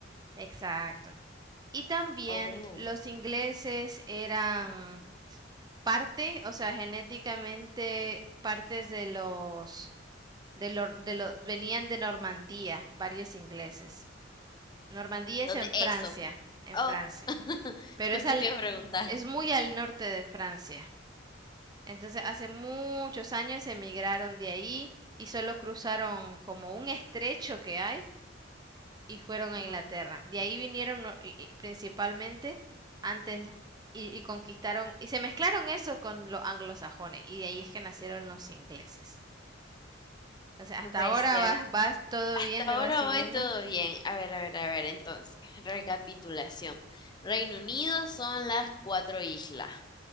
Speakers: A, on the right; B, on the left.
A: Exacto. Y también
B: Oh.
A: los ingleses eran parte, o sea, genéticamente partes de los, de lo- de lo- venían de Normandía, varios ingleses. Normandía es
B: ¿Dónde
A: en Francia,
B: eso?
A: en
B: Oh,
A: Francia,
B: <laughs>
A: pero
B: justo
A: es al,
B: te iba a preguntar.
A: es muy al norte de Francia. Entonces, hace muchos años emigraron de ahí y solo cruzaron como un estrecho que hay y fueron a
B: Ah,
A: Inglaterra. De ahí vinieron no- y- y principalmente antes y, y conquistaron, y se mezclaron eso con los anglosajones, y de ahí es que nacieron los ingleses. O sea, hasta
B: no puede
A: ahora
B: ser.
A: vas, vas todo
B: Hasta
A: bien, me
B: ahora
A: vas siguiendo.
B: voy todo bien. A ver, a ver, a ver, entonces, recapitulación. Reino Unido son las cuatro islas.